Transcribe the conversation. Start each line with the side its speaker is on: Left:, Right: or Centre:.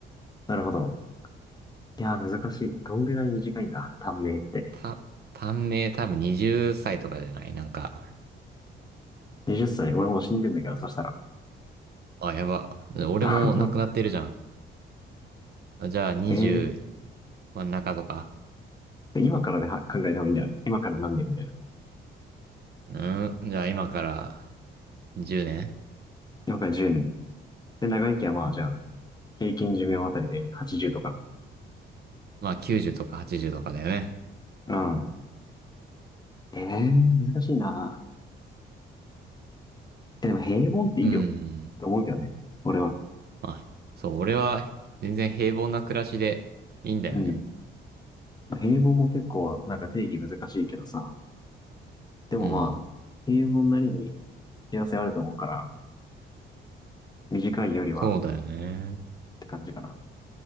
Left: なるほど。いやー、難しい。どんぐらい短いんだ、短命って。
Right: た、短命多分20歳とかじゃないなんか、
Left: 20歳、俺もう死んでんだけど、そしたら。
Right: あ、やば。俺も亡くなってるじゃん。
Left: <laughs>
Right: あじゃあ20
Left: え
Right: 真ん中とか。
Left: ー、今からでは考えた方がいいんじゃない今から何年みたいな。
Right: うん。じゃあ今から10年
Left: 了解10年。で、長生きはまあ、じゃあ、平均寿命あたりで80とか。
Right: まあ90とか80とかだよね。
Left: うん。ええー、難しいな。え、でも平凡っていいよ。
Right: うん。
Left: と思うけどね。俺は。
Right: まあ、そう、俺は全然平凡な暮らしでいいんだよね。
Left: うん。まあ平凡も結構、なんか定義難しいけどさ。でもまあ、
Right: うん。
Left: 平凡なりに幸せあると思うから、短いよりはっ
Right: そうだよね。
Left: て感じかな。